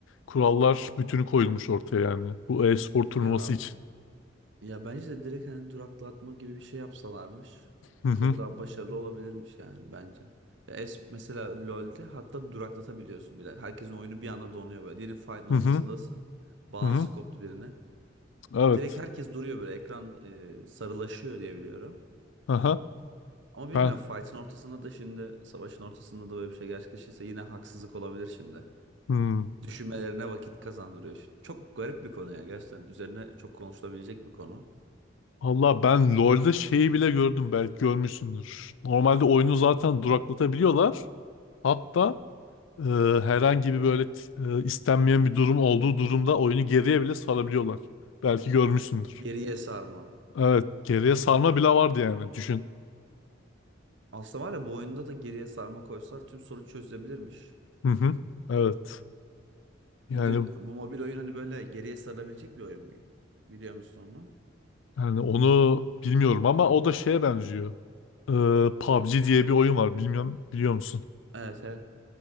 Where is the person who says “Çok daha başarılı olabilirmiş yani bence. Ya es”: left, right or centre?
Right